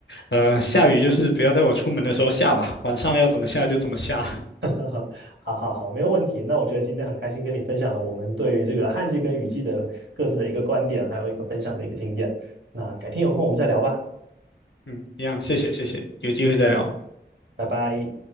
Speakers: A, on the left; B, on the right.
A: 呃，下雨就是不要在我出门的时候下吧，晚上要怎么下就怎么下。
B: <laughs> 好好好，没有问题。那我觉得今天很开心跟你分享了我们对于这个旱季跟雨季的各自的一个观点，还有一个分享的一个经验。那改天有空我们再聊吧，
A: 嗯，一样，谢谢谢谢，有机会再聊。
B: 拜拜。